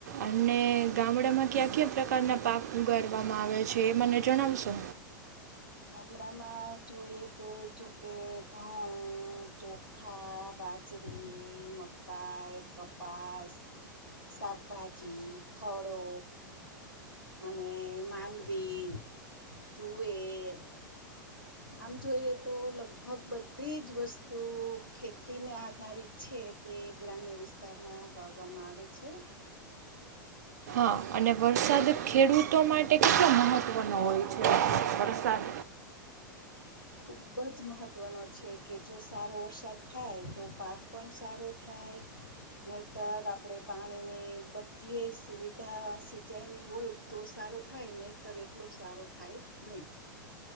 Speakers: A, on the right; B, on the left.
A: અને ગામડામાં ક્યાં ક્યા ક્યાં પ્રકારના પાક ઉગાડવામાં આવે છે એ મને જણાવશો.
B: ગામડામાં જોઈએ તો જોકે ઘઉં ચોખા બાજરી મકાઈ કપાસ શાકભાજી ફળો અને માંડવી તુવેર આમ જોઈએ તો લગભગ બધી જ વસ્તુ ખેતીને આધારિત છે તે ગ્રામ્ય વિસ્તારમાં વાવવામાં આવે છે.
A: હા અને વરસાદ ખેડૂતો માટે કેટલો મહત્ત્વનો હોય છે વરસાદ.
B: ખુબ જ મહત્વનો છે કે જો સારો વરસાદ થાય તો પાક પણ સારો થાય નહીતર આપડે પાણીની બધી સુવિધા સિંચાઈની હોય તો સારો થાય નહીતર એટલો સારો થાય નહી.